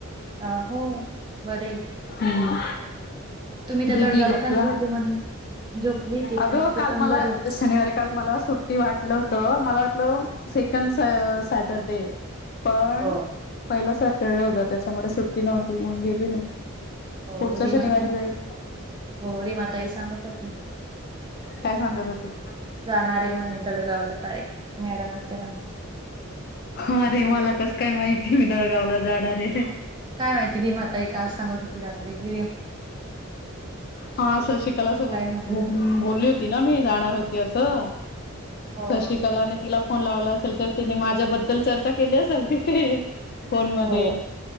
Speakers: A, on the right; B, on the left.
A: अं हो बरे.
B: हम्म.
A: तुम्ही त्या
B: दिदी
A: दडगावला
B: गपला
A: चांगले होते म्हणे झोपली ती
B: अगं
A: पण ती
B: काल
A: पण
B: मला
A: बरी
B: शनिवारी काल मला सुट्टी वाटलं होत मला वाटलं सेकंड स सॅटरडे. पण
A: हो
B: पहिला सॅटरडे होता त्याच्यामुळे सुट्टी नव्हती मग गेले नाई.
A: हो
B: पुढच्या
A: रिमा
B: शनिवारी जाईल.
A: हो रीमा ताई सांगत हो ते.
B: काय सांगत होते
A: जाणारे म्हणे दडगावला ताई मॅडमांचे म्हण
B: अरे मला कस काय माहिती मी दळगाव ला जाणारे.
A: काय माहिती रीमा ताई काल सांगत होती रात्री री
B: हा श शिकला सोबत
A: काय म्हणून
B: बो बोली होती ना मी जाणार ह ती आसं.
A: हो
B: शिकाला आणि तिला फोन लावला असेल तर तिने माझ्याब- द्दल चर्चा केली असेल तिथे. फोन मध्ये
A: हो